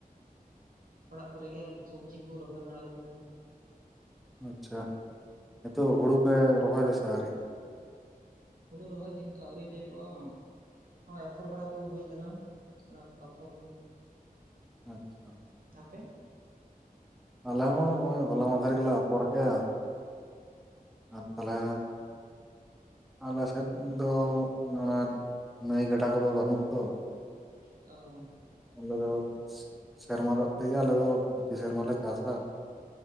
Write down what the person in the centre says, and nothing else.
ᱟᱪᱪᱷᱟ ᱱᱤᱛᱳᱜ
ᱦᱩᱲᱩ ᱯᱮ ᱨᱚᱦᱚᱭ ᱫᱟᱥᱮ ᱟᱹᱣᱨᱤ
ᱟᱪᱪᱷᱟ
ᱟᱞᱮ ᱦᱚᱸ ᱱᱚᱜᱼᱚᱭ ᱦᱚᱞᱟ ᱢᱟᱦᱫᱷᱮᱨ ᱜᱮᱞᱮ ᱟᱯᱷᱚᱨ ᱠᱮᱫᱼᱟ ᱟᱨ ᱛᱟᱦᱚᱞᱮ ᱟᱞᱮᱥᱮᱫ ᱫᱚ ᱚᱱᱟ ᱱᱟᱹᱭ ᱜᱟᱰᱟ ᱠᱚᱫᱚ ᱵᱟᱹᱱᱩᱜ ᱟᱛᱚ
ᱟᱞᱮ ᱫᱚ ᱥᱮᱨᱢᱟ ᱫᱟᱜ ᱛᱮᱜᱮ ᱟᱞᱮ ᱫᱚ <inaudible> ᱥᱮᱨᱢᱟ ᱞᱮ ᱪᱟᱥᱟ